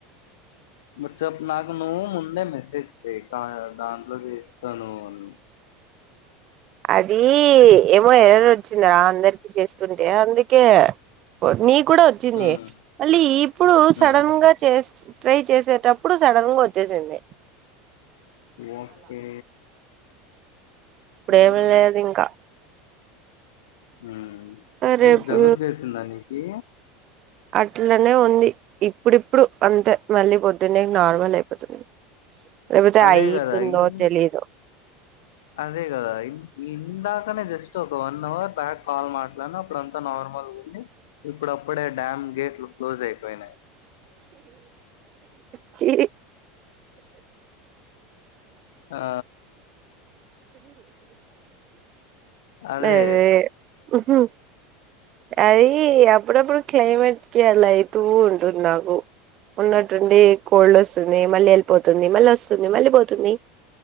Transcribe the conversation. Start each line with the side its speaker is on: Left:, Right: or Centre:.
Left: ఆ చెప్పు నాకు నువ్వు ముందే మెసేజ్ చే దాంట్లో చే ఇస్తాను అని
Right: అది ఏమో ఎరరు వచ్చిందరా అందరికి చేస్తుంటే అందుకే నీ కూడా వచ్చింది
Left: ఉమ్,
Right: మళ్ళీ ఇప్పుడు సడన్
Left: ఉమ్.
Right: గా చేస్ ట్రై చేసేటప్పుడు సడన్ గా వచ్చేసింది
Left: ఓకే
Right: ఇప్పుడేమి
Left: ఉమ్,
Right: లేదు ఇంకా
Left: ఉ
Right: రేపు
Left: ఏం జలుబు చేసిందా నీకి
Right: అట్లనే ఉంది ఇప్పుడిప్పుడు అంతే మళ్ళీ పొద్దునే నార్మల్ అయిపోతుంది లేకపోతే
Left: అదే
Right: అయితుందో
Left: కదా ఇన్-
Right: తెలీదు
Left: అదే కదా ఇందాకనే జస్ట్ ఒక వన్ అవర్ బ్యాక్ కాల్ మాట్లాను అప్పుడు అంతా నార్ నార్మల్ గుండే ఇప్పుడప్పుడే డ్యామ్ గేట్లు క్లోజ్ అయిపోయినాయి
Right: చీ
Left: ఆ అదే
Right: బా ఉహు అది అప్పుడప్పుడు క్లైమేట్ కి అలా అవుతూ ఉంటుంది నాకు ఉన్నట్టుండి కోల్డ్ వస్తుంది మళ్ళీ వెళ్ళిపోతుంది మళ్ళీ వస్తుంది మళ్ళీ పోతుంది